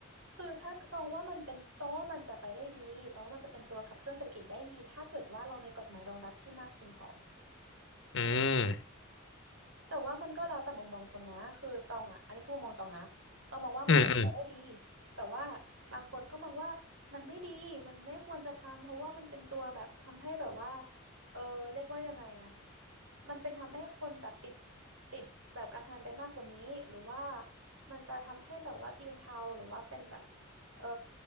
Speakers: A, on the right; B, on the left.
A: คือถ้าตองว่ามันเป็นตองว่ามันจะไปได้ดีตองว่ามันจะเป็นตัวขับเคลื่อนเศรษฐกิจได้ดีถ้าเกิดว่าเรามีกฎหมายรองรับที่มากเพียงพอ
B: อืม
A: แต่ว่ามันก็แล้วแต่มุมมองคนนะคือตองอ่ะอันนี้คือมุมมองตองนะตองมองว่ามันเป็นไปได้ดี
B: อืมอืม
A: แต่ว่าบางคนก็มองว่ามันไม่ดีมันไม่ควรจะทำเพราะว่ามันเป็นตัวแบบทำให้แบบว่าเออเรียกว่ายังไงอ่ะมันเป็นทำให้คนแบบติดติดแบบการพนันไปมากกว่านี้หรือว่ามันจะทำให้แบบว่าจีนเทาหรือว่าเป็นแบบเออ